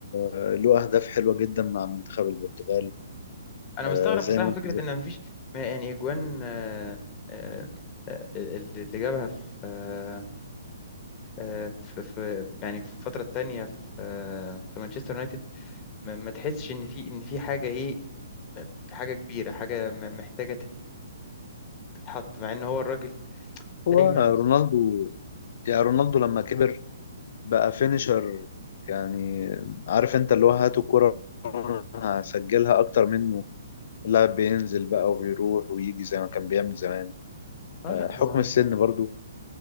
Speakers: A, on the left; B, on the left.
A: آه له اهداف حلوه جدا مع منتخب البرتغال
B: انا
A: آه
B: مستغرب
A: زي
B: بصراحة
A: ما انت
B: فكرة ان مفيش ما يعني جوان آه، آه، آه، اللي جابها في آه، آه، في في يعني في الفترة التانية في آه، في مانشستر يونايتد ما ما تحسش إن في إن في حاجة إيه حاجة كبيرة حاجة م- محتاجة تت- تتحط مع إن هو الراجل
A: هو
B: دايما
A: رونالدو يعني رونالدو لما كبر بقى فينيشر يعني عارف انت اللي هو هات الكرة وأنا هسجلها اكتر منه اللاعب بينزل بقى وبيروح ويجي زي ما كان بيعمل زمان
B: آه
A: آه،
B: لا
A: حكم
B: هو
A: السن برضو